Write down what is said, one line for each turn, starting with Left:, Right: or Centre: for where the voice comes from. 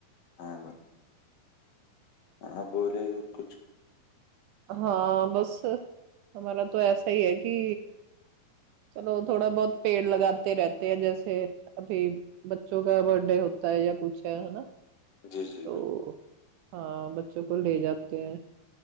Left: ہاں آپ بولے کچھ
Right: ہاں بس ہمارا تو ایسا ہی ہے کہ چلو تھوڑا بہت پیڑ لگاتے رہتے ہیں جیسے ابھی بچوں کا برتھ ڈے ہوتا ہے یا کچھ ہے ہے نا
Left: جی جی
Right: تو
Left: بالکل
Right: ہاں بچوں کو لے جاتے ہیں